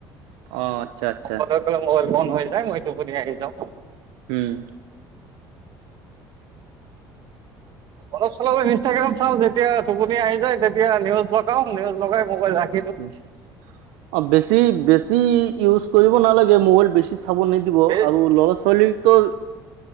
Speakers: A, on the right; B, on the right.
A: অ' আচ্ছা আচ্ছা
B: অকলে, অকলে, মোবাইল বন্ধ হৈ যায়, মই টোপনি আহি যাওঁ।
A: উম।
B: অলপ চলপ ইনষ্টাগ্ৰাম চাওঁ যেতিয়া টোপনি আহি যায় তেতিয়া নিউজ লগাও নিউজ লগাই মোবাইল ৰাখ।
A: উম অ বেছি বেছি ইউজ কৰিব নালাগে মোবাইল বেছি চাব নি। দিব
B: দিওঁ
A: আৰু ল'ৰা ছোৱালীটো।